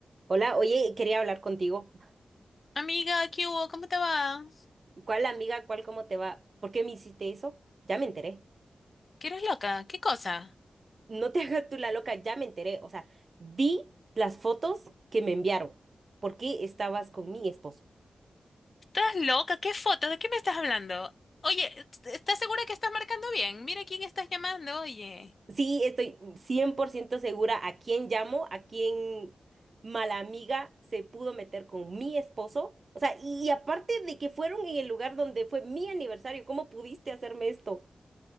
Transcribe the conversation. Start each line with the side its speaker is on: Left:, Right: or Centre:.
Right: Hola, oye, quería hablar contigo.
Left: Amiga, ¿qué hubo? ¿Cómo te va?
Right: ¿Cuál amiga, cuál, cómo te va? ¿Por qué me hiciste eso? Ya me enteré.
Left: ¿Qué eres loca? ¿Qué cosa?
Right: No te <laughs> hagas tú la loca, ya me enteré. O sea, vi las fotos que me enviaron. ¿Por qué estabas con mi esposo?
Left: ¿Estás loca? ¿Qué foto? ¿De qué me estás hablando? Oye, ¿est- ¿estás segura que estás marcando bien? Mira quién estás llamando, oye.
Right: Sí, estoy 100% segura a quién llamo, a quién mala amiga se pudo meter con mi esposo. O sea, y, y aparte de que fueron en el lugar donde fue mi aniversario, ¿cómo pudiste hacerme esto?